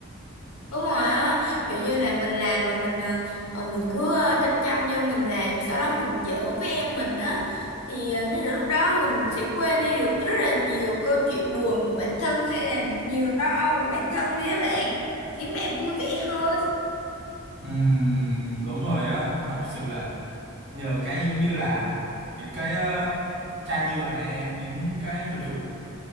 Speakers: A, on the left (about 80°); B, on the right (about 50°).
A: đúng rồi á kiểu như là mình làm mà mình ờ, ờ, mình cứ ờ, chăm chăm vô mình làm sau đó mình giỡn với em mình á thì ờ, nếu được lúc đó mình sẽ quên đi được rất là nhiều câu chuyện buồn của bản thân hay là nhiều lo âu của bản thân đi các bạn khiến bạn vui vẻ hơn
B: Ừm, đúng rồi á thật sự là nhờ cái giống như là những cái ờ, chai nhựa này những cái vật dụng